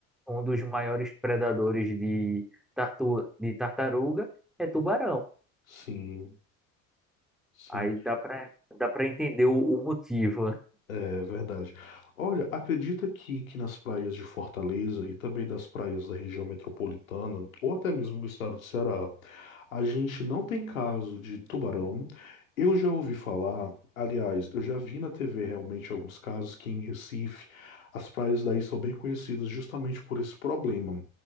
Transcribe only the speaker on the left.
Sim, sim.
É verdade. Olha, acredita que, que nas praias de Fortaleza e também das praias da região metropolitana, ou até mesmo do estado do Ceará, a gente não tem caso de tubarão. Eu já ouvi falar, aliás, eu já vi na TV realmente alguns casos que em Recife as praias daí são bem conhecidas justamente por esse problema.